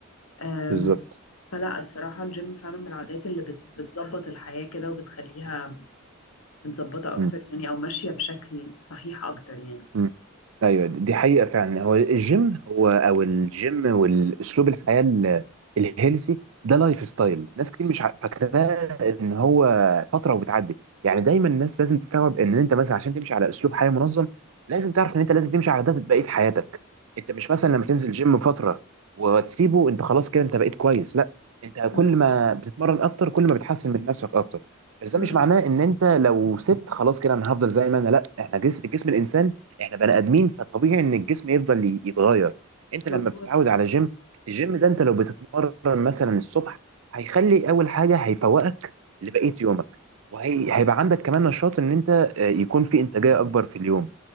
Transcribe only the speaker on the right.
بالظبط
امم
مم. ايوه دي حقيقه فعلا هو الجيم هو او الجيم والاسلوب الحياه ال- الهيلثي ده لايف ستايل ناس كتير مش ع- فاكراه ان هو فتره وبتعدي يعني دايما الناس لازم تستوعب ان انت مثلا عشان تمشي على اسلوب حياه منظم لازم تعرف ان انت لازم تمشي على ده بقيه حياتك انت مش مثلا لما تنزل جيم فتره وتسيبه انت خلاص كده انت بقيت كويس لا انت
كل ما بتتمرن اكتر كل ما بتحسن من نفسك اكتر بس ده
مش معناه ان انت لو سبت خلاص كده انا هفضل زي ما انا لا احنا جسم جسم الانسان احنا بني ادمين فطبيعي ان الجسم يفضل ي- يتغير انت
لما بتتعود على جيم الجيم ده انت لو بتتمرن مثلا الصبح هيخلي اول حاجه هيفوقك لبقيه يومك وهيبقى عندك كمان نشاط ان انت آه، يكون في انتاجيه اكبر في اليوم